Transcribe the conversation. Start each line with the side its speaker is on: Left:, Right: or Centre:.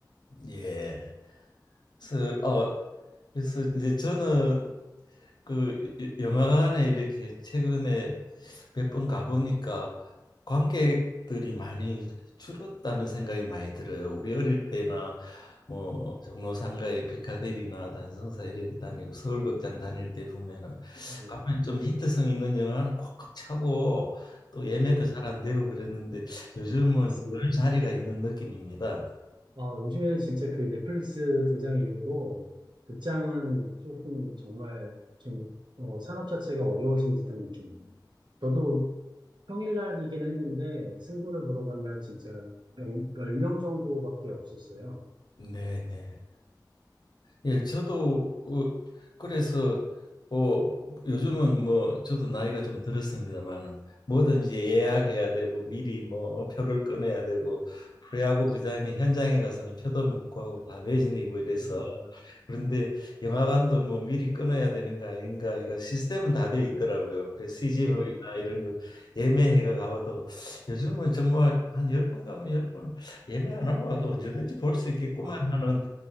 Left: 예. 그래서 어 그래서 이제 저는 그 여- 영화관에 이렇게 최근에 몇 번 가보니까 관객들이 많이 줄었다는 생각이 많이 들어요. 우리 어릴 때나 뭐
Right: 음,
Left: 종로상가의 피카데리나 단성사 이렇 다니고 서울극장 다닐 때 보면은
Right: 네,
Left: 가면 좀 히트성 있는 영화는 꽉꽉 차고 또 예매도
Right: 네,
Left: 잘 안 되고 그랬는데 요즘은
Right: 맞습니다.
Left: 늘 자리가 있는 느낌입니다.
Right: 아, 요즘에는 진짜 그 넷플릭스 등장 이후로 극장은 조금 정말 좀 어, 산업 자체가 어려워진 듯한 느낌입니다. 저도 평일날이긴 했는데 승부를 보러 간 날 진짜 10명 정도밖에 없었어요.
Left: 네, 네. 예, 저도 그 그래서 뭐 요즘은 뭐 저도 나이가 좀 들었습니다만은 뭐든지 예약해야 되고 미리 뭐 표를 끊어야 되고 프로야구 구장에 현장에 가서는 표도 못 구하고 다 매진이고 이래서
Right: 아,
Left: 그런데 영화관도 뭐 미리 끊어야 되는 거 아닌가 해가 시스템은 다 돼 있더라고요. 그래서 CGV나
Right: 예.
Left: 이런 거 예매해가 가봐도 요즘은 정말 한 열 번 가면 열 번 예매 안 하고 와도 언제든지 볼 수 있겠구만
Right: 아,
Left: 하는